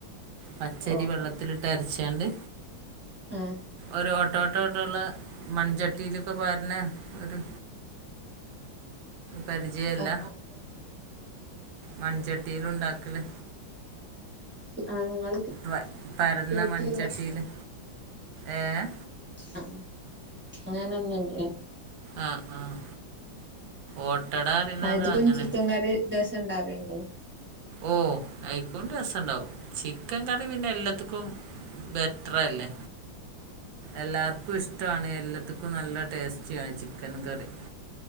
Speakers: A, on the right; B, on the right.
A: പച്ചരി
B: ഓ
A: വെള്ളത്തി ത്തിലിട്ട് അരച്ചാണ്ട്
B: ആഹ്
A: ഒരു ഓട്ടോട്ടോട്ടോള്ള മൺചട്ടിയിലൊക്കെ പാരണ ഒരു പരിജയല്ല?
B: ആഹ് ആഹ്
A: മൺചട്ടിയില് ഉണ്ടാക്കല്.
B: ആഹ് ഇങ്ങള്
A: വെ പരന്ന
B: കേട്ടില്ല
A: മൺചട്ടിയില്. ഏഹ്
B: ആഹ് അങ്ങന <unintelligible>
A: ആഹ് ആഹ്, ഓട്ടട പറയുന്നതങ്ങനെ.
B: അധികും ചിക്കൻ കറി രസം ഇണ്ടാവേണ്ടോ
A: ഓ അയിക്കോണ്ട് രസണ്ടാവും ചിക്കൻ കറി പിന്നെ എല്ലത്തിക്കും ബെറ്റർ അല്ലേ എല്ലാർക്കും ഇഷ്ടാണ് എല്ലത്ത്ക്കും നല്ല ടേസ്റ്റിയാണ് ചിക്കൻ കറി